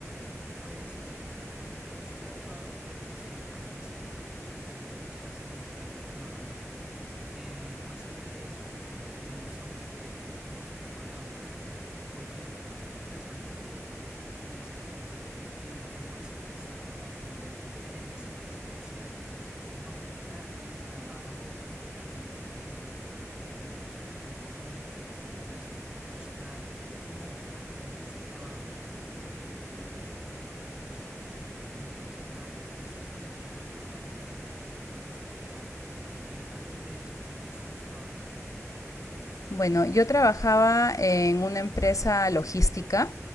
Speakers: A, on the right (about 15°); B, on the left (about 85°).
A: Pues eh, actualmente no soy abogado, pero sí estoy en camino a hacerlo. Literalmente estoy haciendo mis prácticas ahora mismo. Eh, más allá de eso, pues me gusta mucho que te tocamos el tema laboral, porque resalto mucho y es que el tema se presta para poder tener incidencia social. ¿Cómo afecta el trabajo eh, tanto en el, espe- en el aspecto económico, en el aspecto funcional, como a través de ese trabajo? puedo repercutir yo en otras personas. Entonces, Nadia, tú me estás comentando que ahorita mismo te encuentras desempleada. Eh, antes de eso, ¿en qué estás trabajando?
B: Bueno, yo trabajaba en una empresa logística